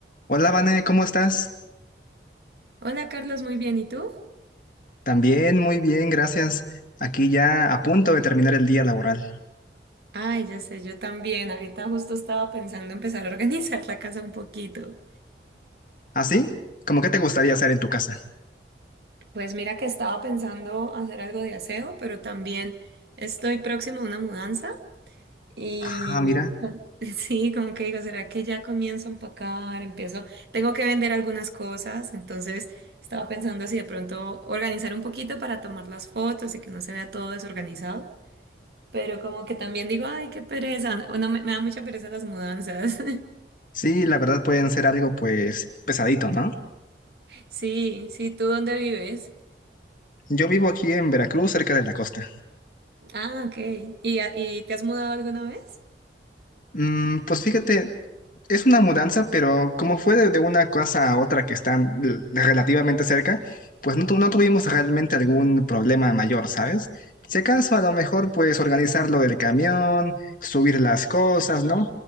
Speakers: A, on the left (about 50°); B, on the right (about 65°).
A: Hola, Vane, ¿cómo estás?
B: Hola Carlos, muy bien, ¿y tú?
A: También muy bien, gracias. Aquí ya a punto de terminar el día laboral.
B: Ay, ya sé, yo también. Ahorita justo estaba pensando empezar a organizar la casa un poquito.
A: ¿Ah, sí? ¿Cómo que te gustaría hacer en tu casa?
B: Pues mira que estaba pensando hacer algo de aseo, pero también estoy próximo a una mudanza y
A: Ah, mira.
B: com- <laughs> sí, como que digo, ¿será que ya comienzo a empacar? Empiezo, tengo que vender algunas cosas, entonces estaba pensando si de pronto organizar un poquito para tomar las fotos y que no se vea todo desorganizado. Pero como que también digo, ay, qué pereza, o no, me me da mucha pereza las mudanzas. <laughs>
A: Sí, la verdad pueden ser algo pues pesadito, ¿no?
B: Sí, sí, ¿tú dónde vives?
A: Yo vivo aquí en Veracruz, cerca de la costa.
B: Ah, ok. ¿Y, a- y te has mudado alguna vez?
A: Mm, pues fíjate, Es una mudanza, pero como fue de, de una cosa a otra que están eh, relativamente cerca, pues no, tu- no tuvimos realmente algún problema mayor, ¿sabes? Si acaso a lo mejor pues organizar lo del camión, subir las cosas, ¿no?